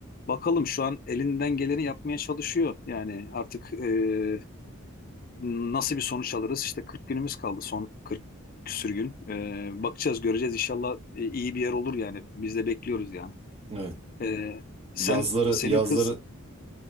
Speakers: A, on the left; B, on the right.
A: bakalım şu an elinden geleni yapmaya çalışıyor. Yani artık e, nasıl bir sonuç alırız? İşte 40 günümüz kaldı son 40 küsür gün. E, bakacağız göreceğiz inşallah e, iyi bir yer olur yani. Biz de bekliyoruz yani.
B: Evet.
A: Ee, sen
B: Yazları
A: senin
B: yazları
A: kız